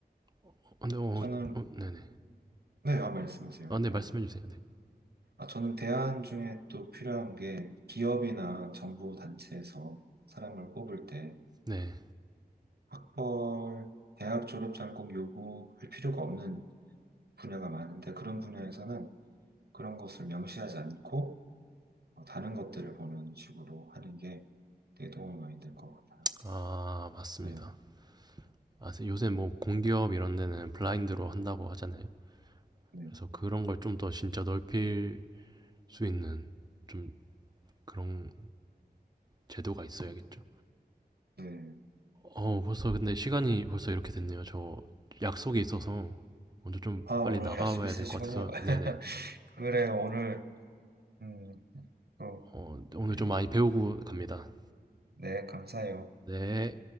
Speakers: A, on the right; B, on the right.
A: 어, 근데 어,
B: 저는,
A: 어, 네네.
B: 네, 아, 말씀하세요.
A: 아, 네, 말씀해
B: 네.
A: 주세요. 네.
B: 아, 저는 대안 중에 또 필요한 게 기업이나 정부 단체에서 사람을 뽑을 때
A: 네.
B: 학벌, 대학 졸업장 꼭 요구할 필요가 없는 분야가 많은데 그런 분야에서는 그런 것을 명시하지 않고 어, 다른 것들을 보는 식으로 하는 게 되게 도움이 많이 될 것 같아요.
A: 아, 맞습니다.
B: 네,
A: 아, 요새 뭐 공기업 이런 데는 블라인드로 한다고 하잖아요.
B: 네,
A: 그래서 그런 걸 좀 더 진짜 넓힐 수 있는 좀 그런 제도가 있어야겠죠.
B: 네.
A: 어, 벌써 근데 시간이 벌써 이렇게 됐네요. 저 약속이 있어서 먼저 좀
B: 아, 오늘
A: 빨리 나가봐야
B: 약속 있으시군요.
A: 될 것 같아서.
B: <laughs>
A: 네네.
B: 그래요, 오늘, 음, 또,
A: 어, 오늘
B: 얘기-
A: 좀 많이 배우고 갑니다.
B: 네, 감사해요.
A: 네.